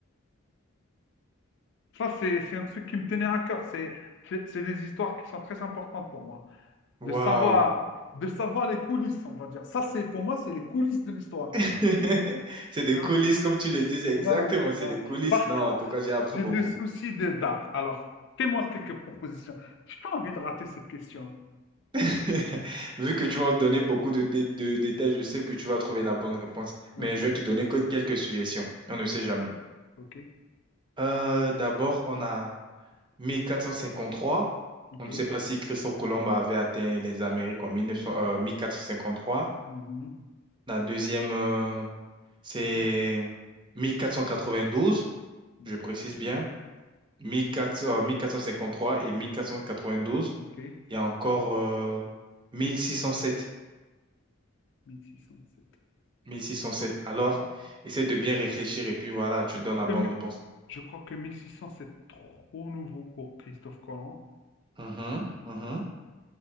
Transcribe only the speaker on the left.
Ça, c'est c'est un truc qui me tenait à cœur. C'est c'est- c'est des histoires qui sont très importantes pour moi. de
savoir, de savoir les coulisses, on va dire. Ça, c'est pour moi, c'est les coulisses de l'histoire.
Hein.
Voilà,
voilà.
Par
contre,
j'ai
des soucis de date. Alors, fais-moi quelques propositions. J'ai pas envie de rater cette question.
Ok,
ok, ok,
ok.
Mhm,
mhm,
mhm.
Ok,
ok.
1607.
Oh,
oh,
Je
crois,
je
crois
que,
mi-
je crois que 1600, c'est trop nouveau pour Christophe Colomb.